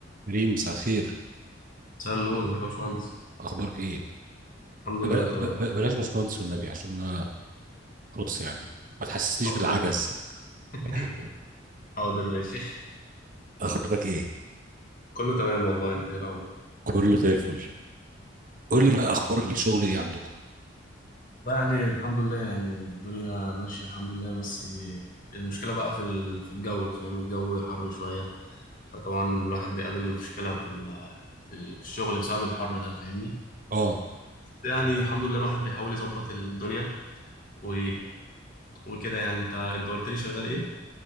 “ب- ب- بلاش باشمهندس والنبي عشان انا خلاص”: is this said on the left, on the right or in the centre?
Right